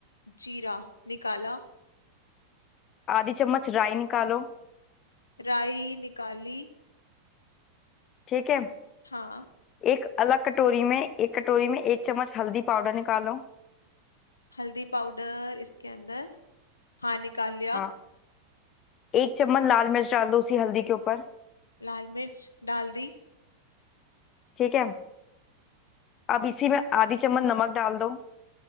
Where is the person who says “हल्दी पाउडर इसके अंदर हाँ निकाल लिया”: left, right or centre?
Left